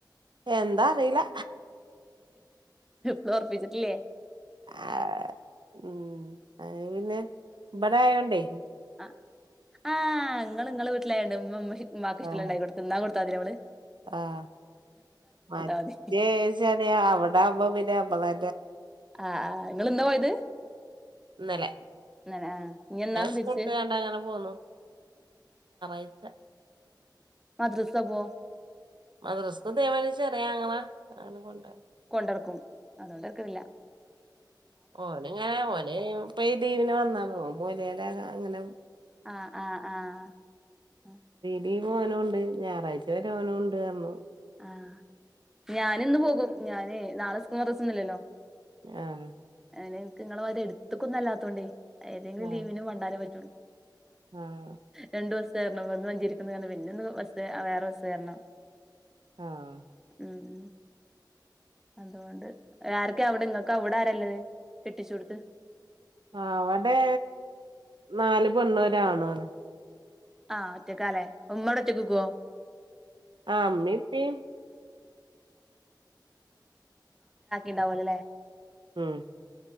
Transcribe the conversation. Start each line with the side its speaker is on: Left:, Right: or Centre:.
Right: എന്താ അറിയില്ലാ.
Centre: ഇപ്പളും ഒറപ്പിച്ചിട്ടില്ലേ
Right: ആ ഉം അയ് പിന്നെ ഇബടായോണ്ടേ
Centre: ആ ആഹ് നിങ്ങൾ നിങ്ങളെ വീട്ടിലയോണ്ട് ബഇമ്മ ഇമ്മാക്ക് ഇഷ്ടള്ളണ്ടായി
Right: ആഹ്
Centre: കൊടുത്തു തിന്നാൻ കൊ ടുത്തതിയല്ലോ മ്മള്.
Right: ആഹ് മറ്റേച്ചാല്
Centre: മതി
Right: അവിടെ ആകുമ്പ പിന്നെ അമ്മമാ
Centre: ആ നിങ്ങള് എന്നാ പോയത്?
Right: ഇന്നലെ
Centre: ഇന്നലെ ആഹ് ഇനി എന്നാ
Right: സ്കൂളുട്ടു
Centre: തിരിച്ച്
Right: കണ്ടങ്ങനെ പോന്നു. ഴിച്ച.
Centre: മദ്രസക്കോ?
Right: മദ്രസക്കും <unintelligible> ചെറിയ ആങ്ങള അങ്ങനെ കൊണ്ടാ
Centre: കൊണ്ട നടക്കും അതുകൊണ്ടക്കുന്നില്ല.
Right: ഓനങ്ങനെ ഓന പ ഡീവിന് വന്നാല മോലയുടെ അങ്ങനെ
Centre: ആഹ് ആഹ് ആഹ്
Right: ലീവോനുണ്ട് ഞായറാഴ്ച വരെ ഓനും ഉണ്ട്ന്ന് പറഞ്ഞ്.
Centre: ആഹ് ഞാനിന്ന് പോകും ഞാന് നാളെ സ്കൂ മദ്രസൊന്നുല്ലല്ലോ.
Right: ആഹ്
Centre: അങ്ങനെനക്ക് നിങ്ങളെത് എടുത്തുക്കൊന്ന അല്ലാത്തോണ്ടേ ഏതെങ്കിലും
Right: ആഹ്
Centre: ലീവിനും വണ്ടാലേ പറ്റുള്ളൂ.
Right: ആഹ്
Centre: രണ്ടു ദിവസം. <unintelligible> കേറണം പിന്നെ ഒന്ന് വേറെ ബസ് കേരണം.
Right: ആഹ്
Centre: ഉം അതുകൊണ്ട് ആർക്കെ അവിടെ നിങ്ങക്ക് അവിട ആരല്ലത് കെട്ടിച്ച കൊടുത്ത്-
Right: അവിടെ നാല് പെണ്ണൂരാണോ അടെ
Centre: ആഹ് ഒറ്റക്കാലേ മമ്മോട ഒറ്റക്കക്കുവോ
Right: ആ അമ്മ എന്തിയ്
Centre: ഉണ്ടാവല അല്ലെ
Right: ഉം